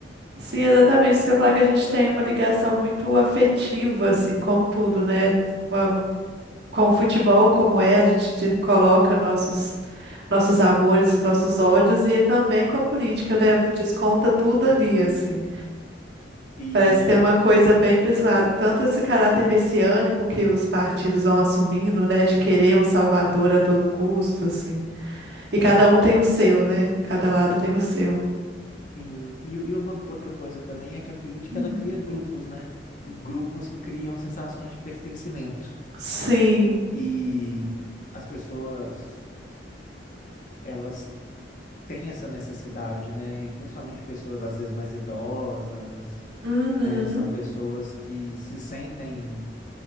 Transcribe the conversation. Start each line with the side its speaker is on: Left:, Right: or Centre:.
Right: sim, exatamente. Isso que eu ia falar que a gente tem uma ligação muito afetiva, assim, com tudo, né? Uma- Com o futebol, como é, a gente de- coloca nossos, nossos amores, os nossos ódios, e é também com a política, né? Desconta tudo ali, assim.
Left: isso.
Right: Parece ter uma coisa bem para esse lado, tanto esse caráter messiânico que os partidos vão assumindo, né, de querer um salvador a todo custo, assim. E cada um tem o seu, né? Cada lado tem o seu.
Left: Sim. E, e uma outra coisa também é que a política
Right: Hum.
Left: ela cria grupos, né? E grupos criam sensações de pertencimento.
Right: Sim.
Left: E as pessoas, elas têm essa necessidade, né? E principalmente pessoas às vezes mais idosas,
Right: Uhum.
Left: né? São pessoas que se sentem